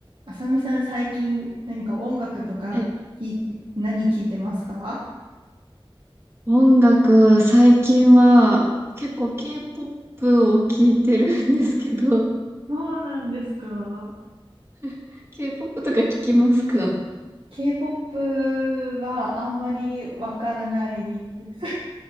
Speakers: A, on the right; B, on the right.
A: あさみさん、最近何か音楽とか聞い、
B: はい、
A: 何聞いてますか
B: 音楽、最近は結構 K-POP を聞いてるんですけど、
A: そうなんですか。
B: <laughs> K-POP とか聞きますか
A: ?K-POP はあんまりわからないです。